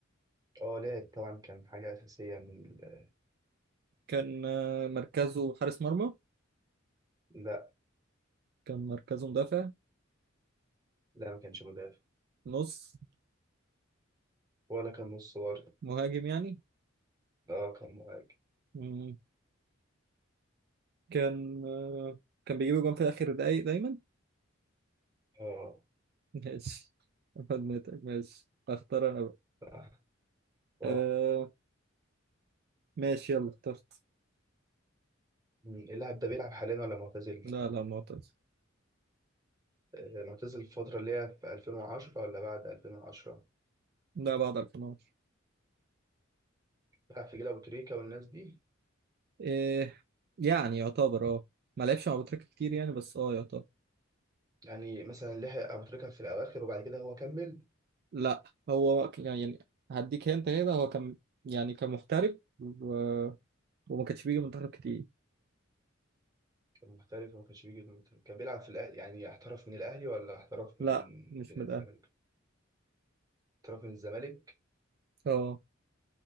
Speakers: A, on the right; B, on the right.
A: اه لعب طبعا كان حاجة أساسية من ال...
B: كان آه، مركزه حارس مرمى
A: لا
B: كان مركزه مدافع
A: لا ما كانش مدافع
B: نص
A: ولا كان نص برضه
B: مهاجم يعني
A: اه كان مهاجم
B: مم. كان آه، كان بيجيب جون في آخر دقايق دايما
A: اه
B: ماشي خدمتك ماشي اختار انا بقى
A: صح اه
B: آه ماشي يلا اخترت
A: مم. اللاعب ده بيلعب حاليا ولا معتزل؟
B: لا لا معتز
A: آه، معتزل الفترة اللي هي في 2010 ولا بعد 2010
B: لا بعد 2011
A: بيلعب في جيل أبو تريكة والناس دي
B: إيه يعني يعتبر اه ما لعبش مع بوتريكة كتير يعني بس اه يعتبر
A: يعني مثلا لحق أبو تريكة في الأواخر وبعد كده هو كمل
B: لا هو ك- يعني هديك هنت كده هو كان يعني كان محترف و... وما كانش بيجي منتخب كتير
A: كان محترف وما كانش بيجي المنتخب. كان بيلعب في الأهلي يعني احترف من الأهلي ولا احترف
B: لا
A: من
B: مش
A: من
B: من الاهلي
A: الزمالك؟ احترف من الزمالك
B: اه